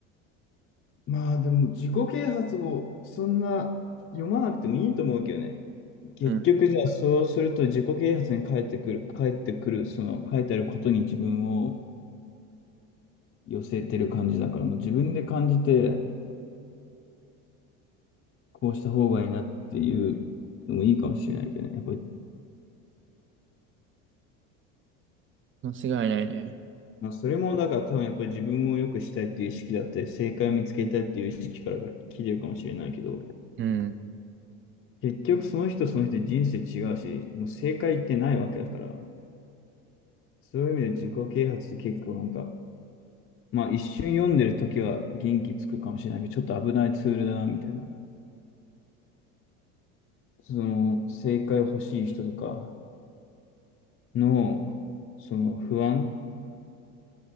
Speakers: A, on the left; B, on the right.
A: まあでも自己啓発をそんな読まなくてもいいと思うけどね。結局じゃあそうすると自己啓発に返ってくる、
B: うん。
A: 返ってくる、その書いてあることに自分を寄せてる感じだからもう自分で感じてこうした方がいいなっていうのもいいかもしれないけどね。やっぱり、
B: 間違いないね。
A: まあ、それもだから多分やっぱり自分を良くしたいっていう意識だったり正解を見つけたいっていう意識からが来てるかもしれないけど。
B: うん、
A: 結局その人その人で人生違うし、もう正解ってないわけだから、そういう意味で自己啓発って結構なんか、まあ一瞬読んでる時は元気つくかもしれないけど、ちょっと危ないツールだなみたいな。その正解欲しい人とかの、その不安